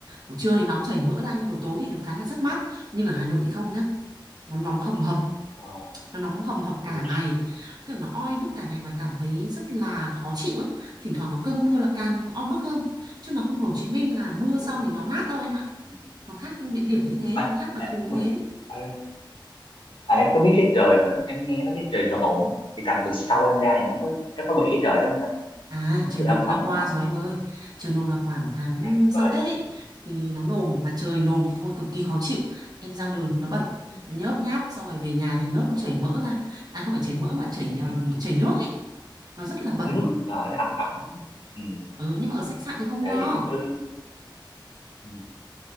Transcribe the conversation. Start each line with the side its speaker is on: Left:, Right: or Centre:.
Right: buổi trưa thì nóng chảy mỡ ra nhưng buổi tối thì được cái là rất mát nhưng ở Hà Nội thì không nhá nó nóng hầm hập
Left: ờ.
Right: nó nóng hầm hập cả
Left: Ui.
Right: ngày kiểu nó oi bức cả ngày và cảm thấy rất là khó chịu ấy thỉnh thoảng có cơn mưa là càng oi bức hơn chứ nó không Hồ Chí Minh là mưa
Left: Ồ.
Right: xong thì nó mát đâu em ạ
Left: ừ.
Right: nó khác địa điểm như thế
Left: à,
Right: nó khác đặc
Left: à,
Right: thù như
Left: đúng rồi.
Right: thế
Left: à, à, em có biết cái trời mà em nghe nó cái trời đồn á, thì tầm tuần sau em ra thì nó có nó có bị cái trời đó không ta
Right: À,
Left: nó
Right: trời
Left: cứ
Right: nồm
Left: âm
Right: là
Left: ầm
Right: qua
Left: âm ẩm
Right: rồi
Left: á.
Right: em ơi. Trời nồm là khoảng tháng
Left: ok tuyệt
Right: sau
Left: vời
Right: Tết ấy thì nó nồm mà trời nồm thì thôi cực kỳ khó chịu. Em ra đường thì nó bẩn,
Left: ừ,
Right: nó nhớp nháp xong rồi về nhà thì
Left: đúng
Right: nước
Left: rồi.
Right: nó chảy mỡ ra. À không phải chảy mỡ mà chảy
Left: <laughs>
Right: ừm, chảy nước ấy, nó rất là bẩn.
Left: nước ờ, nó âm ẩm ừ,
Right: Ừ nhưng mà ở khách sạn thì không
Left: ok vậy
Right: lo.
Left: thì cứ ừ.